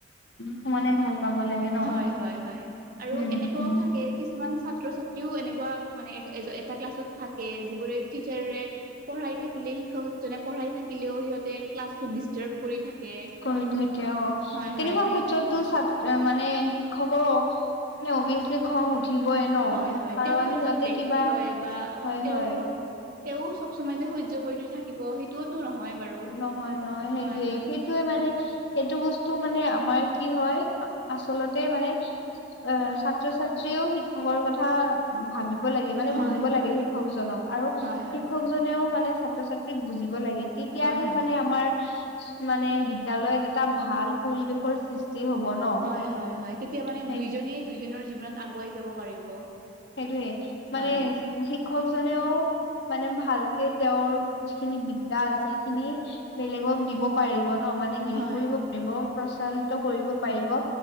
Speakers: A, on the left; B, on the right.
A: সমানে ভাল পাব লাগে ন
B: হয় হয় আৰু
A: উম
B: এনেকুৱাও
A: উম
B: থাকে, কিছুমান ছাত্ৰ ছ- টিও এনেকুৱা মানে এ এটা ক্লাছত থাকে যিবোৰে টিচাৰ- পঢ়াই থাকিলে শিক্ষক এজনে পঢ়াই থাকিলেও সিহঁতে ক্লাছ টো ডিষ্টাৰ্ব- কৰি থাকে
A: কৰি থাকে অঁ,
B: হয়
A: তেনেকুৱা
B: হয় তেনে
A: ক্ষেত্ৰত- ত চাট মানে শিক্ষকৰ মানে অভিয়াচলি খং উঠি- উঠিইব ন।
B: হয় হয়
A: কাৰণ
B: তেওঁ
A: সিহঁতে
B: এজন ব্যক্তি
A: কিবা
B: হয় বা
A: হয়
B: তেওঁৰো।
A: হয়
B: তেওঁ চব চমাইত যে সহ্য কৰি দি থাকিব সেইটোৱে টো নহয়। বাৰু
A: নহয় নহয় সেইটোৱে,
B: হয় হয়
A: সেই- যে মানে সেইটো বস্তু মানে আমাৰ কি হয় আচলতে মানে- এ ছাত্ৰ ছাত্ৰীও শিক্ষকৰ কথা- ভাবিব লাগে মানে
B: হয়
A: বুজিব
B: হয়
A: লাগে শিক্ষকজনক, আৰু
B: হয়
A: শিক্ষকজন-
B: হয়
A: মানেও ছাত্ৰ ছাত্ৰীক বুজিব লাগে তেতিয়াহে
B: হয় হয়
A: মানে আমাৰ- মানে বিদ্যালয়ত এটা ভাল পৰিৱেশৰ সৃষ্টি- ষ্টি হ'ব ন।
B: হয় হয় হয় তেতিয়া মানে
A: সেই
B: দুইজনে দুইজনৰ জীৱনত আগুৱাই যাব পাৰিব।
A: সেইটোয়ে, মানে
B: হয়
A: শিক্ষকজনেও- মানে ভালকে তেওঁৰ যিখিনি বিদ্যা আছে, সেইখিনি- বেলেগক দিব পাৰিব ন, মানে হেৰি
B: হয়
A: কৰিব পাৰিব প্ৰচলিত কৰিব পাৰিব।